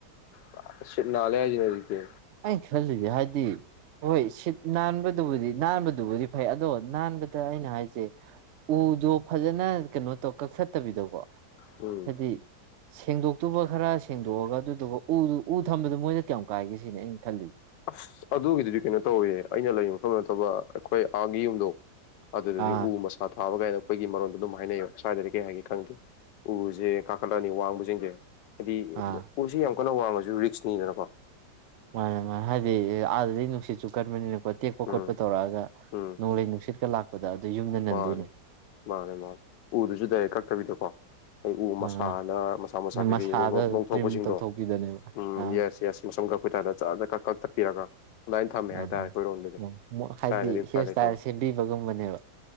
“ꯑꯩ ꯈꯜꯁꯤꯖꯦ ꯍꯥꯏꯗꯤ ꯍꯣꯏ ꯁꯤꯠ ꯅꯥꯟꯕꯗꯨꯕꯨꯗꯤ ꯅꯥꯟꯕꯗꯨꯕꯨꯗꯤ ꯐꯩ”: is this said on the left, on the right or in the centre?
Right